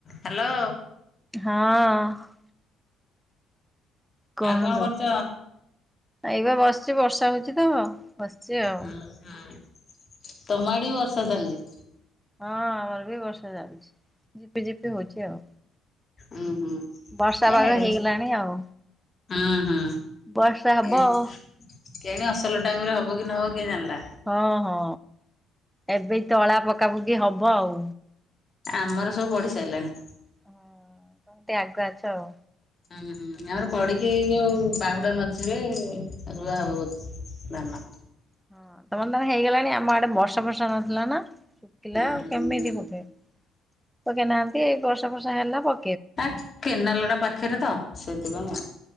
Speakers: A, on the left; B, in the centre.
A: ହାଲୋ।
B: ହଁ। କୁହନ୍ତୁ
A: ଆଉ କଣ କରୁଛ?
B: ଏଇପା ବସଚି ବର୍ଷା ହୋଉଚି ତ ବସଚି ଆଉ।
A: ହୁଁ ହୁଁ ତମ ଆଡେ ବି ବର୍ଷା ଚାଲଚି?
B: ହଁ ଆମର ବି ବର୍ଷା ଚାଲଚି ଝିପିଝିପି ହୋଉଚି ଆଉ।
A: ଉଁହୁଁ
B: ବର୍ଷା
A: ଏ
B: ପାଗ
A: ଆଡ଼େ।
B: ହେଇଗଲାଣି ଆଉ
A: ହଁ ହଁ
B: ବର୍ଷା ହବ
A: ଏଁ
B: ଆଉ
A: କେଣେ ଅସଲ ଟାଇମରେ ହବ କି ନହବ କିଏ ଜାଣଲା।
B: ହଁ ହଁ ଏବେ ତଳା ପକାପୁକି ହବ ଆଉ।
A: ଆମର ସବୁ ବଢିସାରଲାଣି।
B: ହୁଁ ତମେ ଟିକେ ଆଗୁଆ ଅଛ ଆଉ।
A: ହୁଁ ହୁଁ। ଆମର ପଡିକି ଏଇ ଯୋଉ ବାହୁଡ଼ା ମଝିରେ ରୁଆ ହବ ବୋଧେ ଧାନ।
B: ହଁ ତମର ତାହାନେ ହେଇଗଲାଣି ଆମ ଆଡେ ବର୍ଷା ଫର୍ଷା ନଥିଲା ନା ଶୁକିଲା
A: ହୁଁ
B: ଆଉ କେମିତି ବୁଧେ ପକେଇ ନାହାନ୍ତି ଏଇ ବର୍ଷା ଫର୍ଷା ହେଲା ପ
A: ଆଁ କେନାଲଗୁଡ଼ା ପାଖରେ ତ ସେଇଥିପାଇଁ ଆ